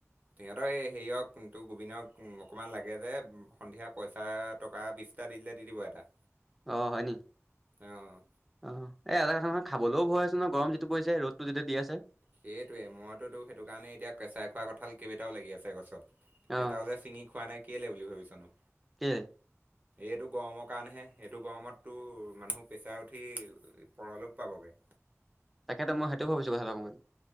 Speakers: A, on the right; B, in the centre.
A: সিহঁতৰ এ হেৰিয়ক তোৰ গোবিন্দক অকমান লাগে যে সন্ধিয়া পইচা টকা বিশটা দি দিলে দি দিব এটা।
B: অ', হয়নি
A: অঁ
B: অ, এই এটা কথা নহয় খাবলেও ভয় আছে ন গৰম যিটো পৰিছে ৰ'দটো যিটো দি আছে।
A: সেইটোৱে মইতোতো সেইটো কাৰণে এতিয়া কেঁচাই খোৱাৰ কঁঠাল কেইবাটাও লাগি আছে গছত।
B: অ'
A: এটাও যে ছিঙি খোৱা নাই কেলে বুলি ভাবিছনো?
B: কেলে?
A: এইটো গৰমৰ কাৰণেহে এইটো গৰমত তোৰ মানুহ প্ৰেছাৰ উঠি পৰলৈক পাবগে।
B: তাকেতো মই সেইটো ভাবিছো কথাটো অকমানে